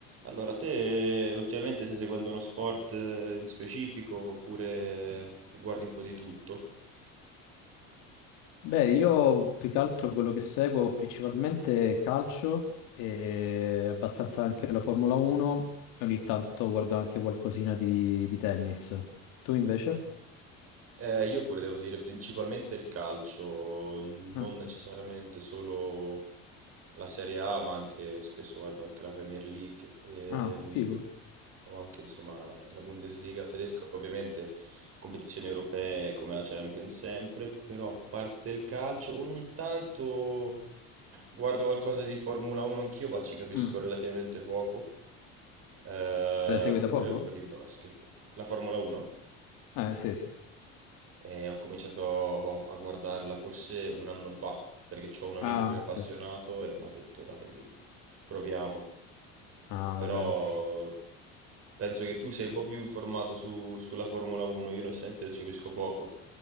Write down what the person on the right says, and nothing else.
Allora, te ultimamente stai seguendo uno sport eh, in specifico oppure guardi un po' di tutto?
Eh, io pure devo dire principalmente il calcio, non
necessariamente solo la Serie A, ma anche spesso guardo anche la Premier League ehm,
o anche insomma la Bundesliga tedesca, ovviamente competizioni europee come la Champions sempre, però a parte il calcio ogni tanto guardo qualcosa di Formula 1 anch'io, ma ci capisco
relativamente poco, eh,
oppure
un po' di basket. La Formula 1?
E ho cominciato a guardarla forse un anno fa, perché ho un amico
che è
appassionato e mi ha detto dai, proviamo.
Però
penso che tu sei un po' più informato su- sulla Formula 1, io onestamente ci capisco poco,